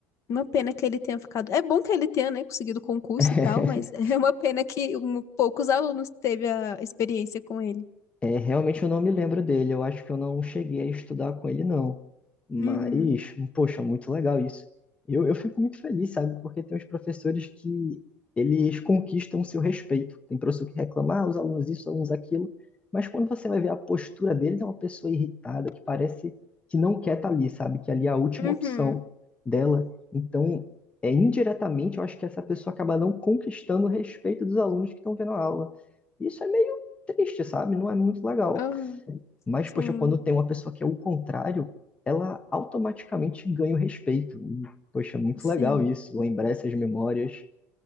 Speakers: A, on the left (about 45°); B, on the left (about 15°).
A: uma pena que ele tenha ficado. É bom que ele tenha, né, conseguido concurso
B: <laughs>
A: e tal. Mas <laughs> é uma pena que um- poucos alunos teve a experiência com ele.
B: É, realmente eu não me lembro dele. Eu acho que eu não cheguei a estudar com ele, não. Mas,
A: Uhum.
B: poxa, muito legal isso. Eu, eu fico muito feliz, sabe? Porque tem uns professores que eles conquistam o seu respeito. Tem professor que reclama, ah, os alunos isso, os alunos aquilo. Mas quando você vai ver a postura deles, é uma pessoa irritada, que parece que não quer estar ali, sabe? Que ali é a última
A: Uhum.
B: opção dela. Então, é indiretamente, eu acho que essa pessoa acaba não conquistando o respeito dos alunos que estão vendo a aula. Isso é meio triste, sabe? Não é muito legal.
A: Uhum.
B: Mas,
A: Sim.
B: poxa, quando tem uma pessoa que é o contrário, ela automaticamente ganha o respeito. E, poxa, muito
A: Sim.
B: legal isso, lembrar essas memórias.